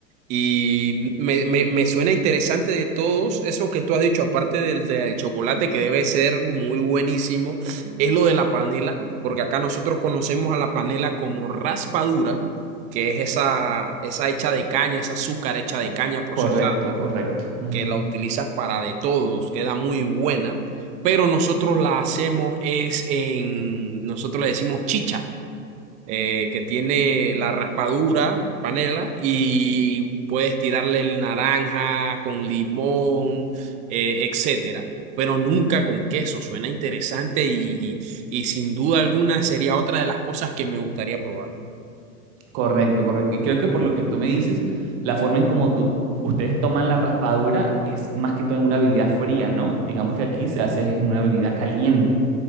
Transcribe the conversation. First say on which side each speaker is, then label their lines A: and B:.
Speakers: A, on the right (about 20°); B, on the right (about 45°).
A: Y me, me- me suena interesante de todos eso que tú has dicho, aparte del, del chocolate, que debe ser muy buenísimo, es lo de la panela, porque acá nosotros conocemos a la panela como raspadura, que es esa, esa hecha de caña, esa azúcar hecha de caña procesada,
B: Correcto, correcto. Ujú.
A: que la utilizas para de todos, queda muy buena, pero nosotros la hacemos es en, nosotros le decimos chicha eh, que tiene la raspadura, panela, y puedes tirarle el naranja con limón, eh, etcétera. Pero nunca con queso. Suena interesante y, y y sin duda alguna sería otra de las cosas que me gustaría probar.
B: Correcto, correcto. Y creo que por lo que tú me dices, la forma en como tú, ustedes toman la raspadura es más que todo en una bebida fría, ¿no? Digamos que aquí se hace en una bebida caliente.